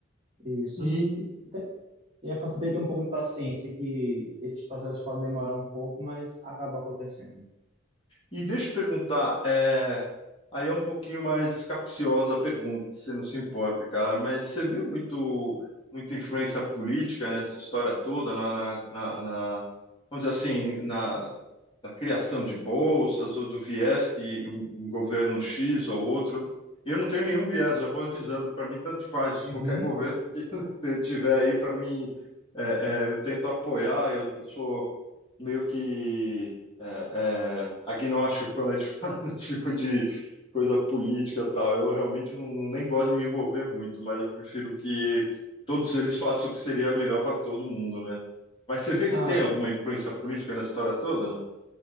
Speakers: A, on the right (about 25°); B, on the left (about 25°).
A: Isso.
B: E,
A: E, te- e é para ter um pouco de paciência que esses processos podem demorar um pouco, mas acaba acontecendo.
B: e deixa eu te perguntar, é, aí é um pouquinho mais capciosa a pergunta, se não se importa, cara, mas você vê muito, muita influência política nessa história toda, na, na, na- na- vamos dizer assim, na, da criação de bolsas ou do viés que um, um governo X ou outro. Eu não tenho nenhum viés, eu vou avisando, para mim tanto faz,
A: Uhum.
B: qualquer governo que <laughs> tiver aí, para mim, é, é, eu tento apoiar, eu sou meio que é, é, agnóstico quando a gente <laughs> fala desse tipo de coisa política e tal. Eu realmente não, não- nem gosto de me envolver muito, mas eu prefiro que todos eles façam o que seria melhor para todo mundo, né? Mas você vê
A: Ah,
B: que tem alguma influência política na história toda,